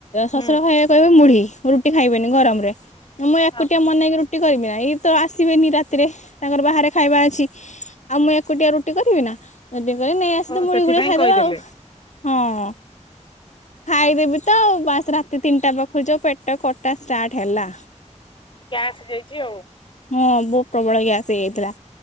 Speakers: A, on the left; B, on the left.
A: ହୁଁ
B: ଶଶୁର ଖାଇବା କହିବେ ମୁଢି ରୁଟି ଖାଇବେନି ଗରମରେ ମୁଁ ଏକୁଟିଆ
A: ହଁ ହଁ
B: ମୋନା ଇକି ରୁ ରୁଟି କରିବି ନା ଏଇ ତ ଆସିବେନି ରାତିରେ ତାଙ୍କର ବାହାରେ ଖାଇବା ଅଛି। ଆଉ ମୁଁ ଏକୁଟିଆ ରୁଟି କରିବି ନା। ସେଥିପାଇଁ ନେଇ ଆସଲି
A: ଓ
B: ତେ ମୁଳିଗୋଳି
A: ସେଥିପାଇଁ
B: ଖାଇଦବା
A: କହିଦେଲେ।
B: ଆଉ ହଁ ଖାଇଦେବି ତ ବାସ ରାତି ତିନିଟା ପାଖରୁ ଯୋଉ ପେଟ କଟା ଷ୍ଟାର୍ଟ ହେଲା।
A: ଗ୍ୟାସ ଯାଇଛି ଆଉ।
B: ହଁ ବହୁତ ପ୍ରବଳ ଗ୍ୟାସ ହେଇଯାଇଥିଲା